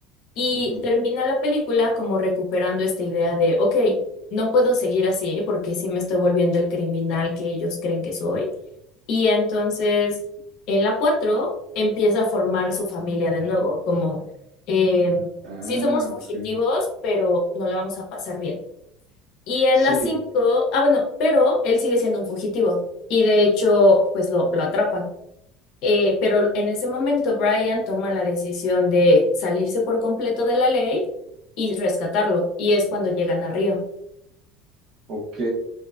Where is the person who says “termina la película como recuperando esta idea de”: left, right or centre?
Left